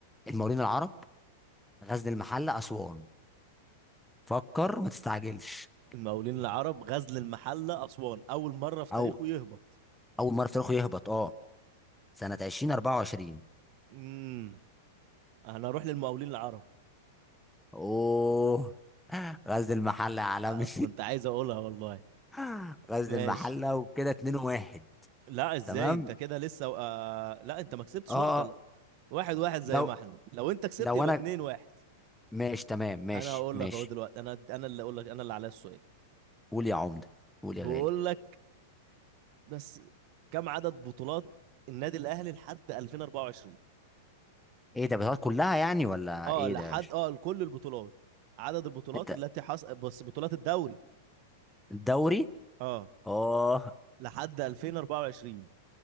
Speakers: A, in the centre; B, on the right.
A: المقاولين العرب غزل المحلة أسوان فكر ما تستعجلش
B: المقاولين العرب غزل المحلة أسوان أول مرة في تاريخه
A: أو
B: يهبط
A: أول مرة في تاريخه يهبط أه سنة 2024
B: امم أنا أروح للمقاولين العرب
A: أوه غزل المحلة يا عالمي
B: آه، كنت عايز أقولها والله
A: <laughs> غزل
B: ماشي
A: المحلة وكده 2-1
B: لا إزاي
A: تمام
B: أنت كده لسه آه... لا أنت ما كسبتش
A: اه
B: نقطة لا. واحد واحد زي
A: لو
B: ما احنا لو أنت كسبت
A: لو
B: يبقى
A: انا
B: اتنين واحد
A: ماشي تمام ماشي
B: أنا هقول
A: ماشي
B: لك أهو دلوقتي أنا أنا اللي أقول لك أنا اللي عليا السؤال
A: قول يا عمده قول
B: بقول
A: يا غالي
B: لك بس كم عدد بطولات النادي الاهلي لحد 2024
A: ايه ده بتاعت كلها يعني ولا
B: اه
A: ايه
B: لحد
A: ده مش
B: اه لكل البطولات عدد البطولات
A: انت
B: التي حصل بس بطولات الدوري
A: الدوري
B: اه
A: اه
B: لحد 2024